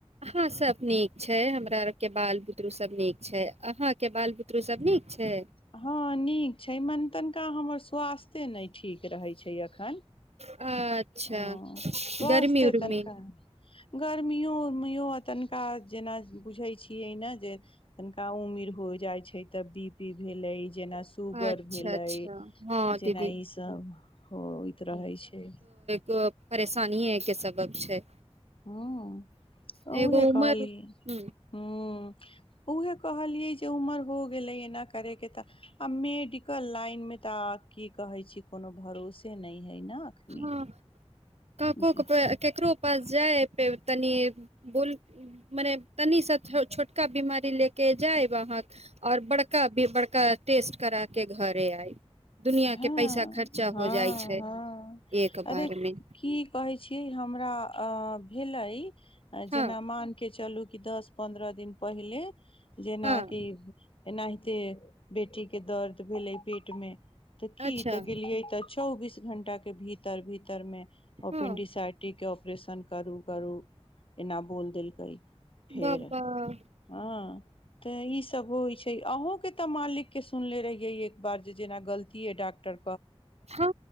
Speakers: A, on the right; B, on the left.
A: हँ सब नीक छै हमरा आर के बाल बुतरु सब नीक छै अहाँ के बाल बुतरू सब नीक छै
B: ह हँ नीक छै मन तनिका हमर स्वास्थे नहि ठीक रहै छै एखन
A: अच्छा
B: ह स्वासस्थे
A: गर्मी उर्मी
B: तनिका गर्मियो उर्मिओ आ तनिका जेना बुझैत छियै ने जे तनिका उमिर हो जाइ छै तऽ बी पी भेलै जेना सुूगर
A: अच्छा
B: भेलै
A: अच्छा हँ
B: जेना
A: दीदी
B: ईसभ होइत रहै छै
A: त परेशानी के सबक छै
B: हहुँ
A: एगो
B: उहे
A: उमर
B: कहली
A: हूँ
B: हहुँ उऊहे कहलियै जे उमर हो गेलै एना करे के त आ मेडिकल लाईन में तऽ की कहे छी कोनो भरोसे न है न अखनी
A: हँ कको
B: जे
A: पैर केकरो पास जाये तनी बोल मने तनीसँ छोटका बिीमारी लऽ कऽ जायब अहाँके आओर बड़का बड़का टेस्ट करा कऽ घरे आयब दुनिआँके
B: हँ
A: पैसा खर्चा
B: हँ
A: हो जाइ छै
B: हँ
A: एक बार
B: अरे
A: मे
B: की कहै छीिय हम हमरा भेलै आ
A: हँ
B: जेना मान के चलू कि दश पन्द्रह दिन पहिले जेनाा
A: हँ
B: की एनाहिते बेटीके दर्द भेलै पेटमे तऽ की
A: अच्छा
B: तऽ गेलियै तऽ चौबीस घंटा के भीतर भीतर मे ओपनडीस
A: हँ
B: आरटी के ऑप एकप्रेशन करू करू एना बोल देलकै फेर
A: बाबा
B: हँ तऽ ईसभ होइत छै अहूँके तऽ मालिकके सुनले रहियै एक बार जे जेना गलती इह डॉ्टर
A: हँ